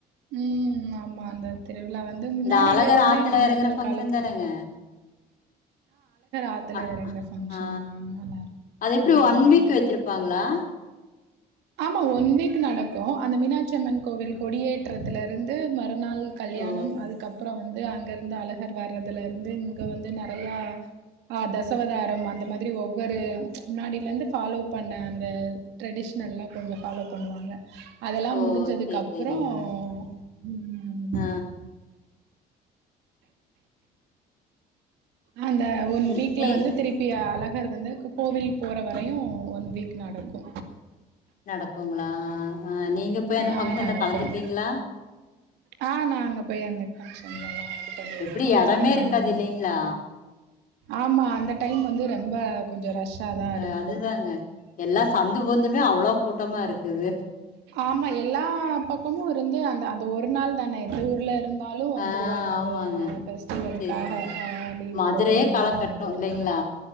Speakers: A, on the right; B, on the left.
A: ம் ஆமா அந்த திருவிழா வந்து முன்னாடிலிருந்தே
B: இந்த அழகர் ஆத்துல
A: மன்னர்கள்
B: எறங்குற ஃபங்க்ஷன்
A: காலத்ல
B: தானேங்க?
A: ஆத்துல
B: அ
A: எறங்குற
B: அ
A: ஃபங்க்ஷன்
B: அ
A: தா நல்லா இருக்கு
B: அதெப்பிடி
A: ம்
B: ஒன் வீக் வெச்சிருப் பாங்ளா?
A: ஆமா ஒன் வீக் நடக்கு அந்த மீனாட்சிஅம்மன் கோவில் கொடியேற்றத்துலருந்து மறுநாள் கல்யாணம்
B: ஓ!
A: அதுக்கப்றோ வந்து அங்கருந்து அழகர் வர்றதுலருந்து இங்க வந்து நெறையா ஆ தசவதாரம் அந்த மாதிரி ஒவ்வொரு முன்னாடிலந்து ஃபாலோ பண்ண அந்த ட்ரெடிஷ்னல்லா கொஞ்சோ ஃபாலோ பண்ணுவாங்க அதெல்லா
B: ஓ!
A: முடிஞ்சதுக்கப்றோ
B: சரி சரிங்க மேடம்.
A: ம்.
B: ஆ
A: அந்த ஒரு
B: நி
A: வீக்ல
B: நீ
A: வந்து திருப் பி அழகர் வந்து க கோவில் போற வரையு ஒன் வீக் நடக்கு.
B: நடக்குங்ளா அ நீங்க போய் அந்த ஃபங்க்ஷன்ல
A: ஆ நடக்கும்.
B: கலந்துருப்பிங்ளா?
A: ஆ நா அங்க போய் அந்த ஃபங்ஷன்ல்ல எல்லா இது பண்ணிருக்கோ
B: எப்டி எடமே
A: ம்.
B: இருக்காது இல்லைங்களா?
A: ஆமா அந்த டைம் வந்து ரம்ப கொஞ்சோ ரஷ்ஷாதா
B: அ
A: இருக்கு.
B: அதுதாங்க. எல்லா சந்து பொந்துமே அவ்வளோ கூட்டமா இருக்குது.
A: ஆமா எல்லா பக்கமு இருந்து அந்த அந்த ஒரு நாள் தானே எந்த ஊர்ல இருந் தாலு வந்துடுவாங்க
B: ஆ
A: அந்த
B: ஆமாங்க.
A: ஃபெஸ்டிவல்க்காக
B: சரி, சரி.
A: அ லீவு
B: மதுரையே
A: போட்டு வந்து
B: காலகட்டம்
A: வந்து வந் துருவாங்க.
B: இல்லைங்களா?